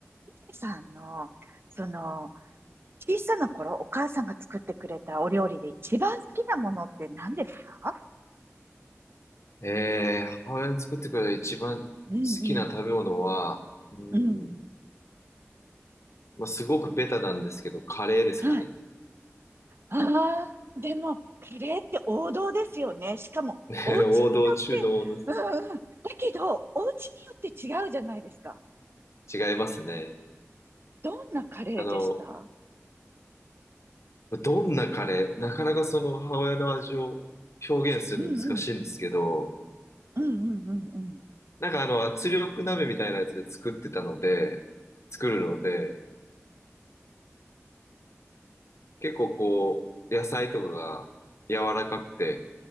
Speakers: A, on the right (about 50°); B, on the left (about 70°).
A: ヒデさんの、その、小さな頃、お母さんが作ってくれたお料理で一番好きなものって何ですか
B: えー、母親に作ってくれた一番好
A: うん
B: きな食べ物は、うん、
A: うん。うん。
B: まあ、すごくベタなんですけど、カレーですかね。
A: はい。ああ、でも、カレーって王道ですよね。しかも、
B: <laughs>
A: お家によって、
B: 王道中の王道です
A: うんうん。だけど、お家によって違うじゃないですか。
B: 違いますね。
A: どんなカレーでした
B: あの、どんなカレー、なかなかその母親の味を表現するの難しいんですけど、
A: うんうん。うんうんうんうん。
B: なんかあの圧力鍋みたいなやつで作ってたので、作るので、結構こう、野菜とかが柔らかくて